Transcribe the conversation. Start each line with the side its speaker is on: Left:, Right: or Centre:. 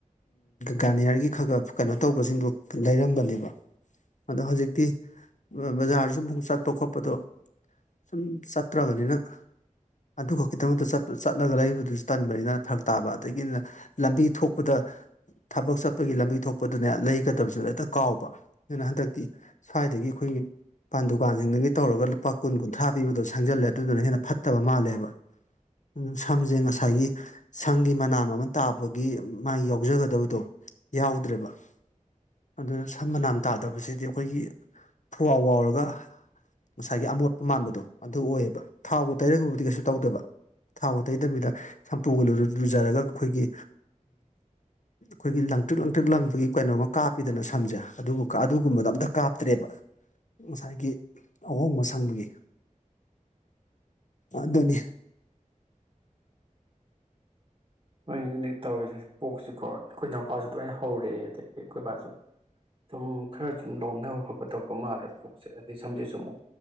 Left: ꯒꯥꯔꯅꯤꯌꯥꯔꯒꯤ ꯈꯔ ꯀꯩꯅꯣ ꯇꯧꯕꯁꯤꯡꯗꯨꯣ ꯂꯩꯔꯝꯕꯅꯦꯕ ꯑꯗꯣ ꯍꯧꯖꯤꯛꯇꯤ ꯕꯖꯥꯔꯁꯨ ꯑꯃꯨ ꯆꯠꯄ ꯈꯣꯠꯄꯗꯣ ꯁꯨꯝ ꯆꯠꯇ꯭ꯔꯕꯅꯤꯅ ꯑꯗꯨ ꯈꯛꯀꯤꯗꯃꯛꯇ ꯆꯠꯂꯒ ꯂꯩꯕꯗꯨꯁꯨ ꯇꯟꯕꯅꯤꯅ ꯊꯔꯛ ꯇꯥꯕ ꯑꯗꯒꯤꯅ ꯂꯝꯕꯤ ꯊꯣꯛꯄꯗ ꯊꯕꯛ ꯆꯠꯄꯒꯤ ꯂꯝꯕꯤ ꯊꯣꯛꯄꯗꯨꯅꯦ ꯂꯩꯒꯗꯕꯁꯨ ꯍꯦꯛꯇ ꯀꯥꯎꯕ ꯑꯗꯨꯅ ꯍꯟꯗꯛꯇꯤ ꯁ꯭ꯋꯥꯏꯗꯒꯤ ꯑꯩꯈꯣꯏꯒꯤꯥꯟ ꯗꯨꯀꯥꯟꯁꯤꯡꯗꯒꯤ ꯇꯧꯔꯒ ꯂꯨꯄꯥ ꯀꯨꯟ ꯀꯨꯟꯊ꯭ꯔꯥ ꯄꯤꯕꯗ ꯁꯪꯖꯜꯂꯦ ꯑꯗꯨꯗꯨꯅ ꯍꯦꯟꯅ ꯐꯠꯇꯕ ꯃꯥꯜꯂꯦꯕ ꯑꯗꯨ ꯁꯝꯁꯦ ꯉꯁꯥꯏꯒꯤ ꯁꯝꯒꯤ ꯃꯅꯥꯝ ꯑꯃ ꯇꯥꯕꯒꯤ ꯃꯥꯏ ꯌꯥꯎꯖꯒꯗ ꯇꯗꯕꯗꯣ ꯌꯥꯎꯗ꯭ꯔꯦꯕ ꯑꯗꯨꯅ ꯁꯝ ꯃꯅꯥꯟ ꯇꯥꯗꯕꯁꯤꯗꯤ ꯑꯩꯈꯣꯏꯒꯤ ꯐꯋꯥꯥꯎ ꯋꯥꯎꯔꯒ ꯉꯁꯥꯏꯒꯤ ꯑꯃꯣꯠꯄ ꯃꯥꯟꯕꯗꯣ ꯑꯗꯨ ꯑꯣꯏꯌꯦꯕ ꯊꯥꯎꯒ ꯇꯩꯔꯒꯕꯨꯗꯤ ꯀꯩꯁꯨ ꯇꯧꯗꯕ ꯊꯥꯎꯒ ꯇꯩꯗꯕꯤꯗ ꯁꯝꯄꯨꯒ ꯂꯨꯖꯔꯒ ꯑꯩꯈꯣꯏꯒꯤ ꯑꯩꯈꯣꯏꯒꯤ ꯂꯪꯇ꯭ꯔꯤꯛ ꯂꯪꯇ꯭ꯔꯤꯛ ꯂꯪꯕꯒꯤ ꯀꯩꯅꯣꯃ ꯀꯥꯞꯄꯤꯗꯅ ꯁꯝꯁꯦ ꯑꯗꯨꯒꯨꯝꯕꯗꯣ ꯑꯝꯇ ꯀꯥꯞꯇ꯭ꯔꯦꯕ ꯉꯁꯥꯏꯒꯤ ꯑꯍꯣꯡꯕ ꯁꯪꯕꯒꯤ ꯑꯗꯨꯅꯤ
Right: ꯃꯣꯏꯅꯦ ꯇꯧꯋꯦꯁ ꯄꯣꯛꯁꯤꯀꯣ ꯑꯩꯈꯣꯏ ꯏ ꯅꯨꯎꯄꯥꯁꯨ ꯂꯣꯏꯅ ꯍꯧꯔꯦ ꯑꯗꯒꯤ ꯑꯩꯈꯣꯏ ꯕꯥꯁꯨ ꯑꯗꯨꯝ ꯈꯔ ꯁꯨꯝ ꯂꯧꯅꯕ ꯈꯣꯠꯄ ꯇ ꯊꯣꯛꯄ ꯃꯥꯜꯂꯕ ꯄꯣꯛꯁꯦ ꯑꯗꯩ ꯁꯝꯁꯦꯠꯁꯨ ꯑꯃꯨꯛ